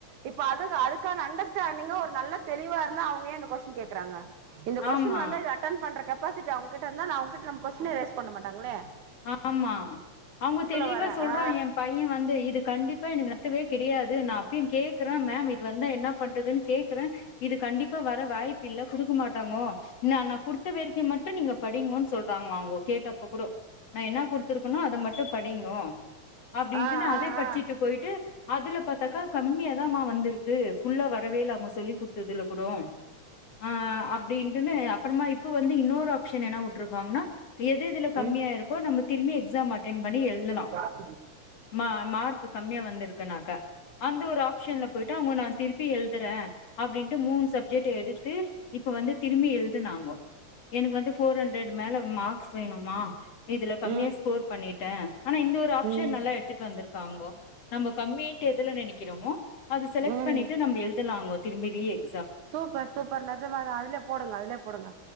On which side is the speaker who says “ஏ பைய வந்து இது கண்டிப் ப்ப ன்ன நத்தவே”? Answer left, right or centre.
Left